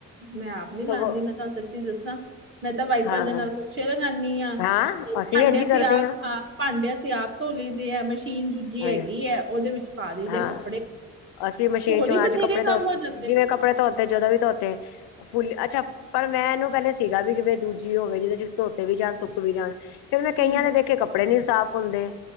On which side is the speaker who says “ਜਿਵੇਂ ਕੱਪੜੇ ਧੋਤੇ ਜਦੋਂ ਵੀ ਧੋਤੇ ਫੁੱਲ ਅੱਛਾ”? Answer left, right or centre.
Left